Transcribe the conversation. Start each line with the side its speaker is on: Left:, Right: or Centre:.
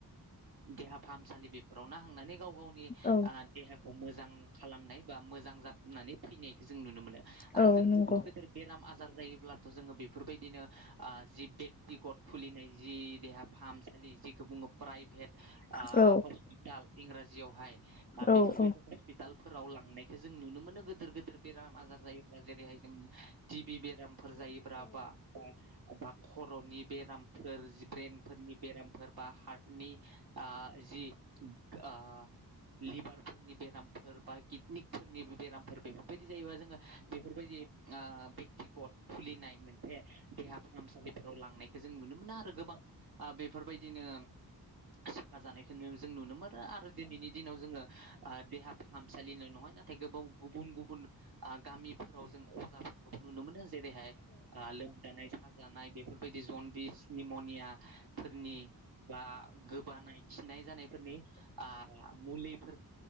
Right: देहा फाहामसालि बेफोरावनो हांनानै गाव गावनि
Left: औ
Right: देहाखौ मोजां खालामनाय बा मोजां नांजाबनानै फैनायखौ जों नुनो मोनो आरो
Left: औ
Right: जों
Left: नंगौ
Right: गेदोर
Left: नंगौ
Right: गेदेर बेराम आजार जायो ब्लाथ जों बेफोरबायदिनो ओ जि टिकट खुलिनाय जि देहा फाहामसालि जिेखौ बुङो प्राइभेट ओ
Left: औ
Right: हस्पिटाल इंराजियावहाय
Left: औ
Right: बेफोरबायदि
Left: औ
Right: हस्पिटालफोराव लांनाय जों नुनो मोनो गोदेर गोदेर बेराम आजार जायोबा जेरैहाय जों टिभि बेरामफोर जायोब्रा ब्रा बा बाखथ बर'नि बेरामफोर जि ब्रेन्फोरनि बेराम फोर बा हार्टनि ओ जि ओ लिभारफोरनि बेरामफोर बा किडनिफोरनि बेरामफोर बे बायदि जायोबा जोङो बेफोरबायदि ओ बेख्थिगत खुलिनाय मोनसे देहा फाहामसालि फोराव लांनायखौ जों नुनो मोना आरो गोबां बेफोरबायदिनो सोखा जानायखौ जों नुनो मोनो आरो दिनैनि दिनाव जोङो देहा फाहामसालिल' नङा नाथाय गोबाव गुबुन गुबुन गामिफोराव जों अजाफोरखौबो नुनो मोनो जेरैहाय लोमजानाय साजानाय बेफोरबायदि जनदिसनिमनिया फोरनि बा गोबानाय खिनाय जानायफोरनि मुलि